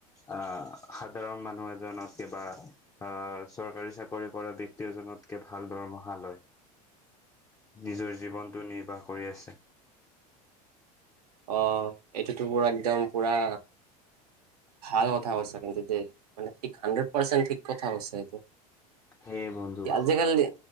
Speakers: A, on the left; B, on the right.
A: আহ, সাধাৰণ মানুহ এজনক কিবা। অহ, চৰকাৰী চাকৰি কৰা ব্যক্তি এজনতকে ভাল দৰমহা লয়। নিজৰ জীৱনটো নিৰ্বাহ কৰি আছে।
B: অহ, এইটোতো পুৰা একদম পুৰা। ভাল কথা কৈছা কিন্তু দেই, মানে ঠিক হাড্ৰেড পাৰ্চেণ্ট ঠিক কথা কৈছা এইটো।
A: সেয়ে বন্ধু
B: আজিকালি